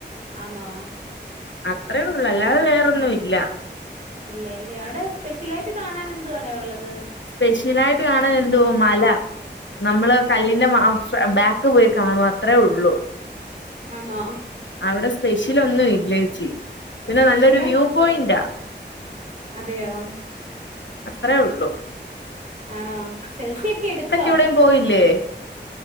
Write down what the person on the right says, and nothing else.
ആണോ
ഇല്ലായില്ല്യോ അവിടെ സ്പെഷ്യലായിട്ട് കാണാനെന്തുവാടെ ഉള്ളത്?
ആണോ?
സ്പെഷ്യൽ
അതെയോ?
ആണോ? സെൽഫിയൊക്കെ എടുത്തോ?